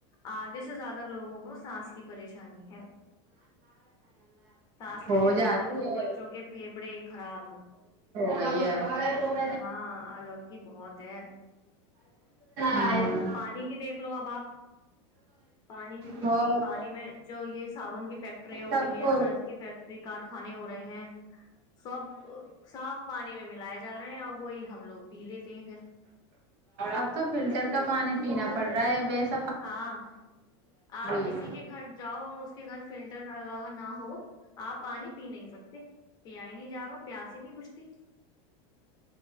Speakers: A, on the left; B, on the right.
A: آدھے سے زیادہ لوگوں کو سانس کی پریشانی ہے سانس لینے
B: ہو جاتی
A: میں ان کو
B: ہے
A: بچوں کے پھیپھڑے خراب ہے
B: نہیں ہے
A: ہاں آلودگی بہت ہے
B: ہے
A: اور پانی کی دیکھ لو اب آپ پانی کی
B: بہت
A: کتنی پانی میں جو یہ صابن کی فیکٹریاں ہو
B: سب
A: رہی
B: کو
A: ہیں سرف کی فیکٹری کارخانے ہو رہے ہیں سب صاف پانی میں ملاائے جا رہے ہیں اور ہم لوگ پی لیتے ہیں پھر
B: اب تو فلٹر کا پانی پینا پڑ رہا ہے بیس
A: ہاں آپ کسی
B: بھی
A: کے گھر جاؤ اور اس کے گھر فلٹر لگاوا نہ ہو آپ پانی پی نہیں سکتے پیا ہی نہیں جائے گا پیاسی ہی نہیں بوجھتی